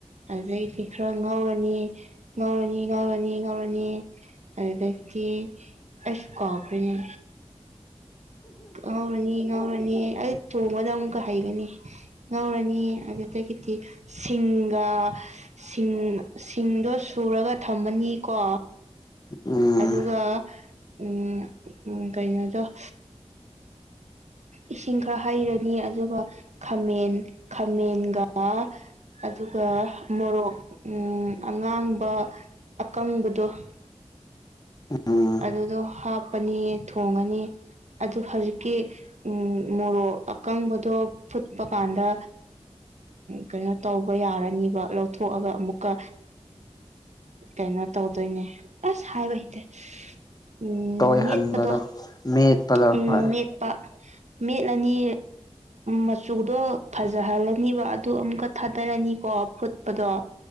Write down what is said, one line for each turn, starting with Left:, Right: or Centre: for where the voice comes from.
Right: ꯑꯗꯩꯗꯤ ꯈꯔ ꯉꯧꯔꯅꯤ ꯉꯧꯔꯅꯤ ꯉꯧꯔꯅꯤ- ꯉꯧꯔꯅꯤ ꯑꯗꯒꯤ ꯑꯩꯁꯨ ꯀꯥꯎꯈ꯭ꯔꯦꯅꯦ꯫ ꯉꯧꯔꯅꯤ ꯉꯧꯔꯅꯤ ꯑꯩ ꯊꯣꯡꯕꯗ ꯑꯃꯨꯛꯀ ꯍꯩꯒꯅꯤ ꯉꯧꯔꯅꯤ ꯑꯗꯨꯗ <unintelligible> ꯁꯤꯡꯒ ꯁꯤꯡ ꯁꯤꯡꯗꯣ ꯁꯨꯔꯒ ꯊꯝꯃꯅꯤꯀꯣ
Left: ꯎꯝ
Right: ꯑꯗꯨꯒ ꯎꯝ ꯎꯝ ꯀꯩꯅꯣꯗꯣ ꯁꯤꯖ ꯏꯁꯤꯡ ꯈꯔ ꯍꯩꯔꯅꯤ ꯑꯗꯨꯒ ꯈꯥꯃꯦꯟ ꯈꯥꯃꯦꯟꯒ ꯑꯗꯨꯒ ꯃꯣꯔꯣꯛ ꯑꯉꯥꯡꯕ ꯑꯀꯪꯕꯗꯣ ꯎ
Left: ꯎꯝ
Right: ꯑꯗꯨꯗꯣ ꯍꯥꯞꯄꯅꯤ ꯊꯣꯡꯉꯅꯤ ꯑꯗꯨ ꯍꯧꯖꯤꯛꯀꯤ ꯎ ꯃꯣꯔꯣꯛ ꯑꯀꯪꯕꯗꯣ ꯐꯨꯠꯄ ꯀꯥꯟꯗ ꯀꯩꯅꯣ ꯇꯧꯕ ꯌꯥꯔꯅꯤꯕ ꯂꯧꯊꯣꯛꯑꯒ ꯑꯃꯨꯛꯀ ꯀꯩꯅꯣ ꯇꯧꯗꯣꯏꯅꯦ ꯑꯁ ꯍꯥꯏꯕ ꯍꯇꯦ ꯎꯝ
Left: ꯇꯣꯏꯍꯟꯕꯗꯣ
Right: ꯃꯦꯠꯄꯗꯣ
Left: ꯃꯦꯠꯄꯗꯣ
Right: ꯎꯝ
Left: ꯍꯣꯏ
Right: ꯃꯦꯠꯄ ꯃꯦꯠꯂꯅꯤ ꯃꯆꯨꯗꯣ ꯐꯖꯍꯜꯂꯅꯤꯕ ꯑꯗꯨ ꯑꯃꯨꯛꯀ ꯊꯥꯗꯔꯅꯤ ꯑꯅꯤꯀꯣ ꯐꯨꯠꯄꯗꯣ